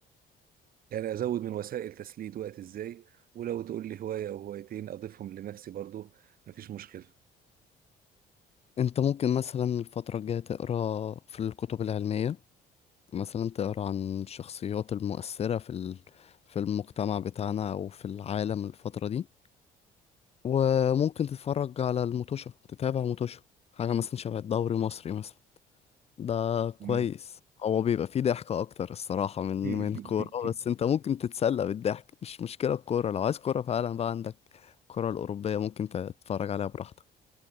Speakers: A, on the right; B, on the left.
A: يعني ازود من وسائل تسليه وقت ازاي ولو تقول لي هوايه او هوايتين اضيفهم لنفسي برضو مفيش مشكله
B: انت ممكن مثلا الفترة الجاية تقرا في الكتب العلمية مثلا تقرا عن الشخصيات المؤثرة في ال... في المجتمع بتاعنا او في العالم الفترة دي وممكن تتفرج على الموتوشة تتابع موتوشة حاجة مثلا شبه الدوري المصري مثلا ده كويس
A: مم.
B: هو بيبقى فيه ضحكة أكتر الصراحة من
A: <laughs>
B: من كورة بس أنت ممكن تتسلى بالضحك مش مشكلة الكورة لو عايز كورة فعلا بقى عندك الكرة الأوروبية ممكن تتفرج عليها براحتك